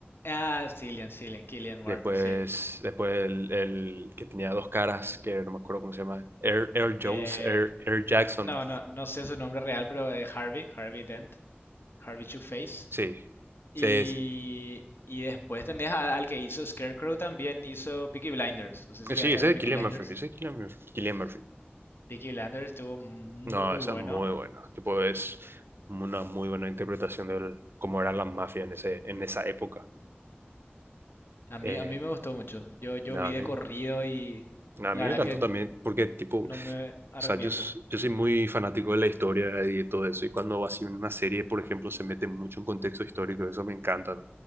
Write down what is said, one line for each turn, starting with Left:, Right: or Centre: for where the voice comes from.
Left: Ah, sí, Cillian, Cillian, Cillian Murphy,
Right: Después,
Left: sí.
Right: después el, el que tenía dos caras, que no me acuerdo cómo se llama. Air, Air
Left: Eh,
Right: Jones, Air, Air Jackson.
Left: no, no, no sé su nombre real, pero eh, Harvey, Harvey Dent, Harvey Two-Face.
Right: Sí,
Left: Y,
Right: sí, sí.
Left: y después tenés a- al que hizo Scarecrow también, hizo Peaky Blinders. No sé si
Right: Eh,
Left: llegaste
Right: Sí, ese
Left: a ver
Right: es
Left: Peaky
Right: Cillian
Left: Blinders.
Right: Murphy, ese es Cillian Murphy. Cillian Murphy.
Left: Peaky Blinders estuvo muy
Right: No, esa
Left: bueno.
Right: es muy buena. Tipo, es una muy buena interpretación de el- cómo eran las mafias en, ese, en esa época.
Left: A mí,
Right: Eh,
Left: a mí me gustó mucho. Yo, yo
Right: nada,
Left: vi
Right: a
Left: de
Right: mí,
Left: corrido y
Right: nada,
Left: la
Right: a mí
Left: verdad
Right: me encantó
Left: que
Right: también, porque, tipo,
Left: no
Right: o
Left: me arrepiento.
Right: sea, yo, s- yo soy muy fanático de la historia y de todo eso. Y cuando así una serie, por ejemplo, se mete mucho en contexto histórico, eso me encanta.